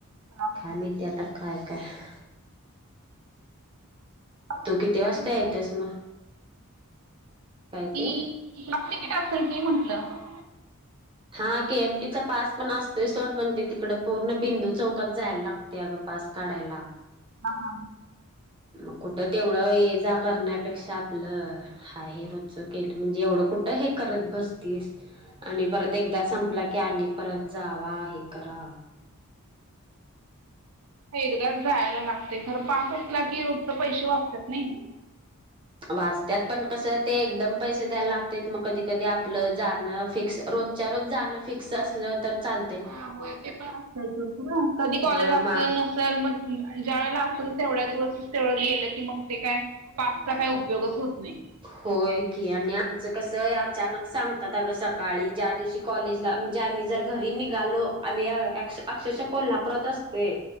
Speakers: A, on the right; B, on the right.
A: हां हां
B: काय माहित आत्ता काय कांय हह.
A: हाफ
B: तू
A: तिकीट
B: किती
A: असेल
B: वाजता
A: की
B: येतस मग. काय
A: ती
B: ते
A: इतलपण टाकुन घें म्हंटलं <unintelligible>
B: हा के एमटीचा पास पण असतोय सोड पण ते तिकड पूर्ण बिंदू चौकात जायला ला. त्याग पास काढायला.
A: हाहा..
B: मग कुठं तेवढं ये जा करण्यापेक्षा आपलं.. हा हे रोजच केलं म्हणजे एवढं कुठं हे करत बसतीस. आणि परत एकदा संपला की, आणि परत जावा हे करा.
A: एकदाच जायला लागते खर पास असला की, रोजचे पैसे वाचतात नाही.
B: वाचत्यात पण कसं ते एकदम पैसे द्यायला लागते. मग कधी कधी आपलं जाणं फिक्स रोज.. रोजच्या रोज जाणं फिक्स असलं तर चाल..
A: हा होय ते पण असल कधी कॉलेज
B: हा मा
A: असेल, नसेल मग. अन अं ज्या वेळेला असेल, तेवढ्या दिवस तेवढ गेलं की मग ते काय. पासचा काय उपयोगच होत नाही.
B: होय की आणि आमचं कस, अचानक सांगतात. अग सकाळी जां.. तेशी कॉलेजला म्हणजे आम्ही जर, घरी निघालो. आम्ही अक्षरशा कोल्हापुरत असतोय.